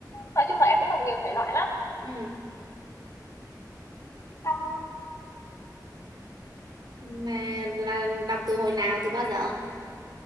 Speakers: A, on the left; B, on the right.
A: nói chung là em cũng đọc nhiều thể loại lắm
B: ừ.
A: xong
B: mà là đọc từ hồi nào từ bao giờ